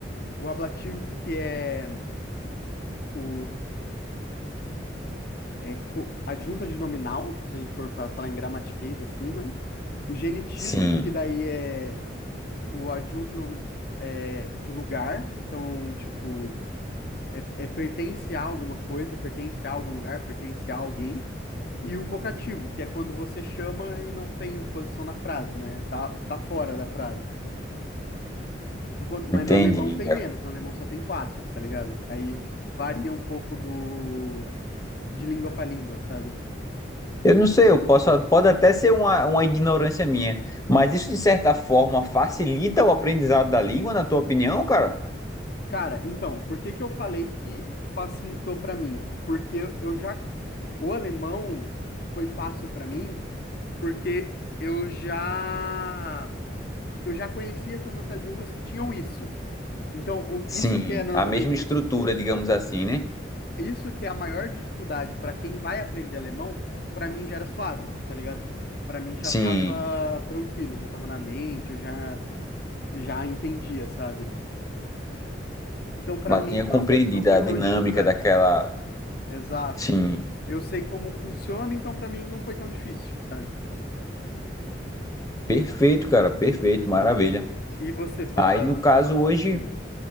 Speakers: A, on the left (about 55°); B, on the left (about 20°).
A: o ablativo que é o é, co- adjunta de nominal, se a gente for para falar em gramatiquês assim, né? O genitivo,
B: Sim,
A: que daí é o adjunto nomi- é, de lugar, então, tipo, é, é pertence a alguma coisa, pertence a algum lugar, pertence a alguém. E o vocativo, que é quando você chama e não tem posição na frase, né? Tá, tá fora da frase. Enquanto, mas
B: entendi,
A: no alemão tem
B: cara.
A: menos, no alemão só tem quatro, tá ligado? Aí varia um pouco do de língua para língua, sabe?
B: Eu não sei, eu posso, pode até ser uma, uma ignorância minha, mas isso de certa forma facilita o aprendizado da língua, na tua opinião, cara?
A: Cara, então, por que que eu falei que facilitou pra mim? Porque eu já o alemão foi fácil pra mim, porque eu já eu já conhecia essas outras línguas que tinham isso. Então, o-
B: Sim,
A: isso que é normalmente,
B: a mesma estrutura, digamos assim, né?
A: isso que é a maior dificuldade pra quem vai aprender alemão, pra mim já era suave, tá ligado? Pra mim já
B: Sim,
A: tava tranquilo, já tava na mente, eu já já entendia, sabe? Então, pra
B: mas
A: mim
B: tinha compreendido
A: não não foi
B: a
A: tão
B: dinâmica
A: dificuldade.
B: daquela.
A: Exato.
B: Sim,
A: Eu sei como funciona, então pra mim não foi tão difícil, sabe?
B: perfeito, cara, perfeito, maravilha.
A: E você fala.
B: Aí, no caso, hoje,
A: ah,